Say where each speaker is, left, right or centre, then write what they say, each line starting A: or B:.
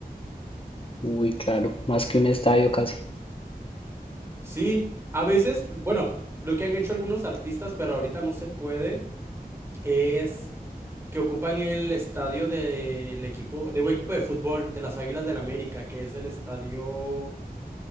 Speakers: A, on the left; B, on the right.
A: Uy, claro, más que un estadio casi.
B: Sí, a veces, bueno, lo que han hecho algunos artistas, pero ahorita no se puede, es que ocupan el estadio del equipo, de un equipo de fútbol, de las Águilas del América, que es el estadio.